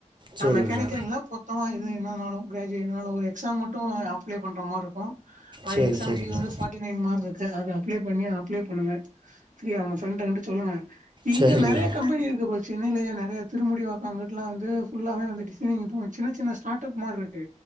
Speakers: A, on the right; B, on the right.
A: நா
B: சரி
A: மெக்கானுக்கல்
B: ப்ரோ
A: இல்ல பொத்தமா இது என்னனாலு கிராஜவேனாலும் ஒரு எக்ஸாம் மட்டும் அப்ளை பண்ற மாரி இருக்கும் அது
B: சரி
A: எக்ஸாம்
B: சரி
A: ஃபீ
B: ப்ரோ
A: வந்து ஃபார்ட்டி நைன் மார்க் இருக்கு அது அப்ளை பண்ணி அப்ளை பண்ணுங்க ம் உங்க ப்ரண்ட் கண்டு சொல்லுங்க இங்க
B: சரி
A: நெறைய
B: ப்ரோ
A: கம்பெனி இருக்க சென்னையிலேயே நெறைய திருமுடிவக்காங்கிட்டல வந்து ஃபுல்லாவே வந்து டிசைனிங் இப்போ சின்ன சின்ன ஸ்டார்ட் அப் மாரி இருக்கு